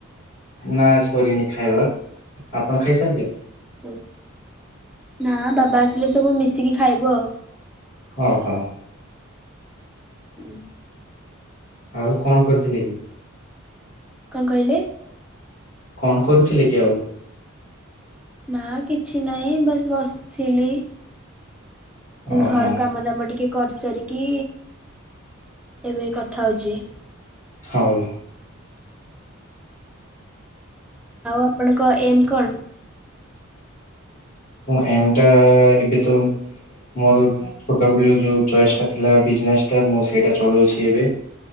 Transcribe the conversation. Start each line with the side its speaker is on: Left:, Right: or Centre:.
Left: ନା ସରିନି ଖାଇବା ଆପଣ ଖାଇ ସାରିଲେ।
Centre: ଓ ନା ବାବା ଆସିଲେ ସବୁ ମିଶିକି ଖାଇବ ଆଉ
Left: ହଉ ହଉ।
Centre: ହୁଁ।
Left: ଆଉ କଣ କରିଥିଲେ କି?
Centre: କଣ କହିଲେ?
Left: କଣ କରୁଥିଲେ କି ଆଉ?
Centre: ନା କିଛି ନହିଁ ବାସ ବସିଥିଲି
Left: ଓହୋ
Centre: ଘର କାମ ଦାମ ଟିକେ କରିଚାରିକି ଏବେ କଥା ହେଉଛି।
Left: ହଉ
Centre: ଆଉ ଆପଣଙ୍କ ଏମ୍ କଣ?
Left: ହଁ ଏମଟା ଏବେ ତ ମୋର ଛୋଟ ବ ଯୋଉ ଚଏସ୍ ଟା ଥିଲା ବିଜନେସ ଟା ମୁଁ ସେଇଟା ଚଳଉଛି ଏବେ।